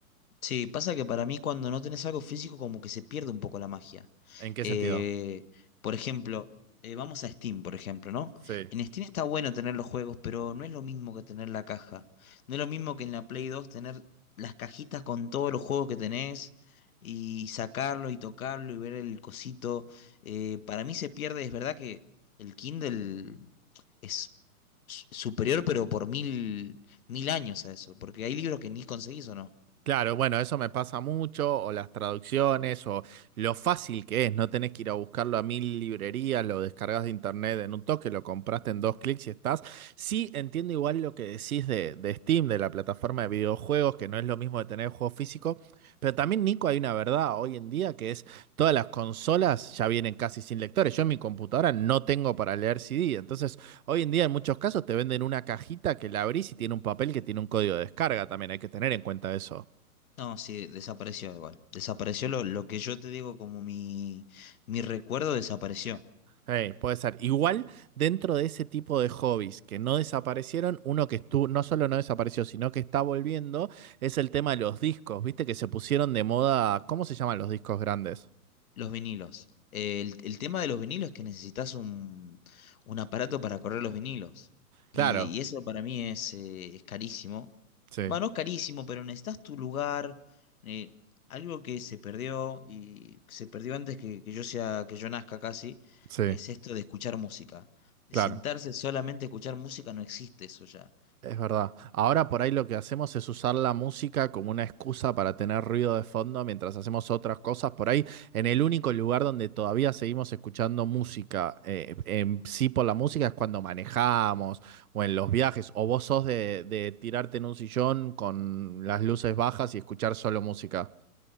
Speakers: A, on the left; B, on the right.
A: Sí, pasa que para mí cuando no tenés algo físico como que se pierde un poco la magia.
B: ¿En qué
A: Eh,
B: sentido?
A: por ejemplo, eh, vamos a Steam, por ejemplo, ¿no?
B: Sí.
A: En Steam está bueno tener los juegos, pero no es lo mismo que tener la caja. No es lo mismo que en la Play dos tener las cajitas con todos los juegos que tenés y sacarlo y tocarlo y ver el cosito. Eh, para mí se pierde, es verdad que el Kindle es su- superior, pero por mil, mil años a eso, porque hay libros que ni conseguís o no.
B: Claro, bueno, eso me pasa mucho, o las traducciones, o lo fácil que es, no tenés que ir a buscarlo a mil librerías, lo descargas de internet en un toque, lo compraste en dos clics y estás. Sí, entiendo igual lo que decís de, de Steam, de la plataforma de videojuegos, que no es lo mismo de tener el juego físico, pero también, Nico, hay una verdad hoy en día que es todas las consolas ya vienen casi sin lectores. Yo en mi computadora no tengo para leer CD, entonces hoy en día en muchos casos te venden una cajita que la abrís y tiene un papel que tiene un código de descarga también, hay que tener en cuenta eso.
A: No, sí, desapareció igual. Desapareció lo, lo que yo te digo como mi, mi recuerdo desapareció.
B: Hey, puede ser. Igual dentro de ese tipo de hobbies que no desaparecieron, uno que estuvo, no solo no desapareció, sino que está volviendo, es el tema de los discos. Viste que se pusieron de moda. ¿Cómo se llaman los discos grandes?
A: Los vinilos. Eh, El, el tema de los vinilos es que necesitas un, un aparato para correr los vinilos.
B: Claro,
A: Y, y eso para mí es, eh, es carísimo.
B: sí,
A: Bueno, no carísimo, pero necesitas tu lugar. eh, algo que se perdió y se perdió antes que, que yo sea, que yo nazca casi,
B: sí,
A: es esto de escuchar música. De
B: claro.
A: sentarse solamente a escuchar música no existe eso ya.
B: Es verdad. Ahora por ahí lo que hacemos es usar la música como una excusa para tener ruido de fondo mientras hacemos otras cosas. Por ahí, en el único lugar donde todavía seguimos escuchando música, eh, en sí por la música, es cuando manejamos o en los viajes. O vos sos de, de tirarte en un sillón con las luces bajas y escuchar solo música.